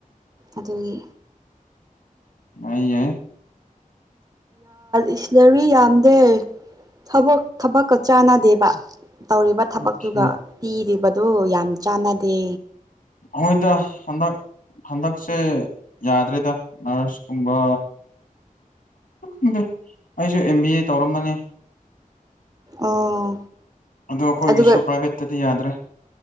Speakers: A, on the right; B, on the left.
A: ꯑꯗꯨꯒꯤ
B: ꯑ ꯌꯥ
A: ꯏꯁꯂꯔꯤ ꯌꯥꯝꯗꯦ ꯊ ꯊꯕꯛꯀ ꯆꯥꯟꯅꯗꯦꯕ ꯇꯧꯔꯤꯕ ꯊꯕꯛꯇꯨꯒ
B: ꯑꯣꯀꯦ
A: ꯄꯤꯔꯤꯕꯗꯨ ꯌꯥꯝ ꯆꯥꯟꯅꯗꯦ
B: ꯍꯣꯏꯗ ꯍꯗ ꯍꯟꯗꯛꯁꯦ ꯌꯥꯗ꯭ꯔꯦꯗ ꯅꯔꯁꯀꯨꯝꯕ ꯈꯪꯗꯦ ꯑꯩꯁꯨ ꯑꯦꯝ ꯕꯤ ꯑꯦ ꯇꯧꯔꯝꯕꯅꯤ
A: ꯑꯥ
B: ꯑꯗꯣ ꯑꯩꯈꯣꯏꯒꯤꯁꯨ
A: ꯑꯗꯨꯒ
B: ꯄ꯭ꯔꯥꯏꯚꯦꯠꯇꯗꯤ ꯌꯥꯗ꯭ꯔꯦ